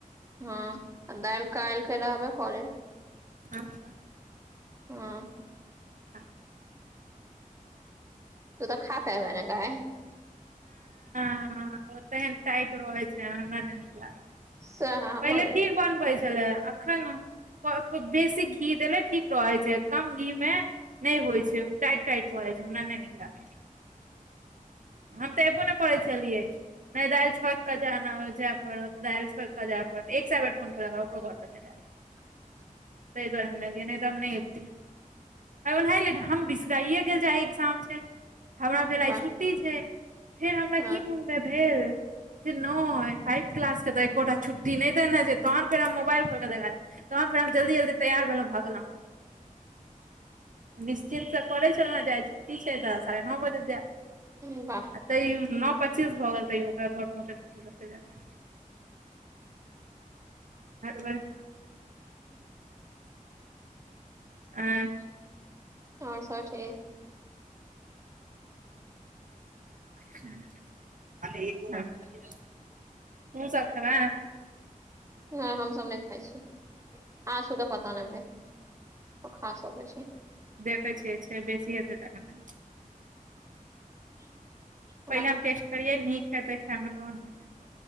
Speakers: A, on the right; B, on the right.
A: हँ आ दाइल काइल के रहबे करै।
B: अच्छा।
A: हँऽ
B: आह
A: तू तं खाक एबै न गय।
B: हंऽ ओ तेहन टाइट रहै छै, हमरा नै निक लागे।
A: सएह हमरो
B: पहिले ठीक बनबै छलै एखन <unintelligible> बेसी घी देले ठीक रहै छै, कम घी मे नै होइ छै, ओ टाइट टाइट भ जाइ छै, हमरा नै निक लागेये। हम त ऐबो ने करै छलिय। नहि दालि छोइक क जे पड़त, दालि छोइक जे पड़त, एक से बेर फोन केेलक, ओकरो घर पर छय।
A: <inaudible>
B: तहि दुआरे हम ऐलये, नय त हम नय ऐबतिय। है ओनाहिले हम बिसराये गेल जे आइ ऐगजाम छै, हमरा भेल आइ
A: वाह
B: छुट छय, फेर हमरा
A: हँ
B: की मन मे भेल, जे नय फाइब क्लास के तऽ एकोटा छुट्टी नहि देने छै, तहन फेर हम मोबाइल खोलक देखल, तहन फेर हम जल्दी जल्दी तैयार भेलहुं भग लहुँ।
A: <inaudible>
B: निश्चितस परय छलहुँ जे आइ छुट्टी छै, त साढ़े न बजे जेब।
A: हुं बाह
B: तयो न पचीस भ गेल तयो ओकरा घर पहुँचत - पहुँचैत जे में हर बर
A: <inaudible>
B: आंय
A: और सब ठीक
B: तहु सब खेबे।
A: नय हमसब नै खाइ छी, आशु के पता नै भाय। ओ खा सकै छै
B: देखै छियै छै, बेसी हेतै त द दे।
A: <inaudible>
B: पहिले हम टेस्ट करियै, निक हेतै खे मे तहन